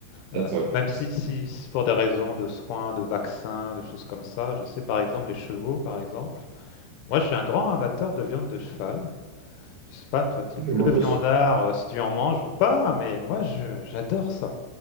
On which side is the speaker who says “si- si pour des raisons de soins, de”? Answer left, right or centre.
Left